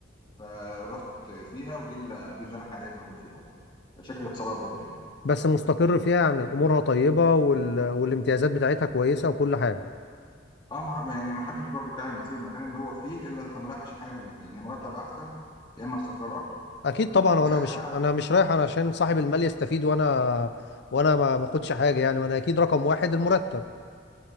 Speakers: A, on the left; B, on the left.
A: فرحت فيها ودي اللي دي اللي انا حاليا موجود فيها بقى شركه اتصالات برضه يعني
B: بس مستقر فيها يعني امورها طيبه وال... والامتيازات بتاعتها كويسه وكل حاجه
A: اه ما... يعني ما حدش برضه فعلا بيسيب المكان اللي هو فيه الا اذا كان رايح عشان حاجه من الاثنين يا مرتب احسن يا اما استقرار اكتر
B: اكيد طبعا
A: فساعتها
B: وانا مش انا مش رايح انا عشان صاحب المال يستفيد وانا وانا ما ما اخدش حاجه يعني وانا اكيد رقم واحد المرتب